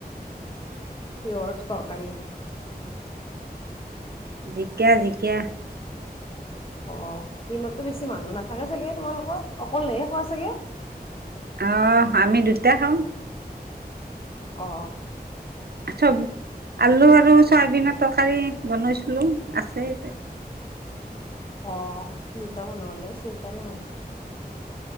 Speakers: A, on the left; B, on the right.
A: কিহৰ তৰকাৰী
B: জিকা, জিকা।
A: অ, দিনতটো বেছি মানুহ নাথাকে চাগে তোমালোকৰ, অকলেহে খোৱা চাগে?
B: অ, আমি দুটা খাওঁ।
A: অ,
B: চব, আলু আৰু চয়াবিনৰ তৰকাৰী বনইছিলোঁ, আছেই।
A: অ, দুটা মানুহলে, চিন্তা নাই আৰু।